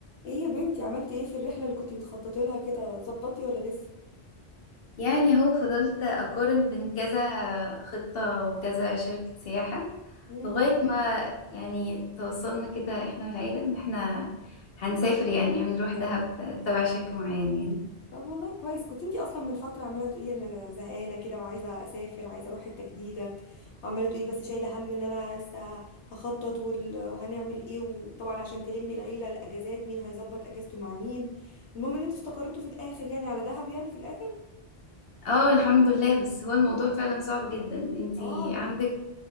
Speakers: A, on the left (about 85°); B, on the left (about 60°).
A: ايه يا بنتي عملتي ايه في الرحله اللي كنتي بتخططي لها كده ظبطتي ولا لسه
B: يعني هو فضلت أقارن بين كذا خطة وكذا شركة سياحة
A: امم
B: لغاية ما يعني توصلنا كده احنا والعيلة ان احنا هنسافر يعني هنروح دهب تبع شركة معينة يعني
A: طب والله كويس كنت انتي اصلا من فتره عماله تقولي انا زهقانه كده وعايزه اسافر عايزه اروح حته جديده وعماله تقولي بس شايله هم ان انا لسه هخطط وال- وهنعمل ايه وطبعا عشان تلمي العيله الاجازات مين هيظبط اجازته مع مين المهم ان انتوا استقرتوا في الاخر يعني على دهب يعني في الاخر
B: اه الحمد لله بس هو الموضوع فعلا صعب جدا انتي
A: اه إن-
B: عندك